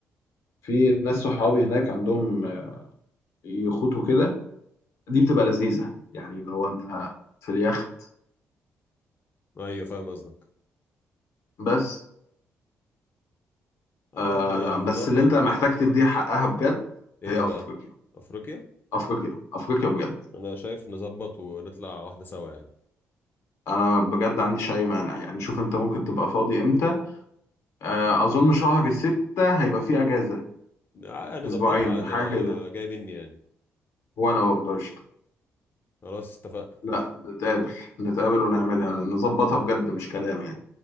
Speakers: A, on the left; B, on the left.
A: في ناس صحابي هناك عندهم آه، يخوت وكده دي بتبقى لذيذه يعني لو انت في اليخت
B: أيوة فاهم قصدك
A: بس
B: طب
A: آه
B: يا عم نظبط
A: بس اللي انت محتاج
B: و
A: تديه حقها بجد
B: ايه
A: هي
B: بقى
A: افريقيا
B: افريقيا
A: افريقيا افريقيا بجد
B: انا شايف نظبط ونطلع واحده سوا يعني
A: انا بجد عنديش اي مانع يعني شوف انت ممكن تبقى فاضي امتى آه،
B: آه،
A: اظن شهر الستة هيبقى فيه اجازة
B: آه، نظبطها
A: اسبوعين
B: عادي
A: حاجة
B: انا
A: كده
B: جاي مني يعني
A: وانا برضه قشطة.
B: خلاص اتفقنا
A: لا نتقابل نتقابل ونعملها نظبطها بجد مش كلام يعني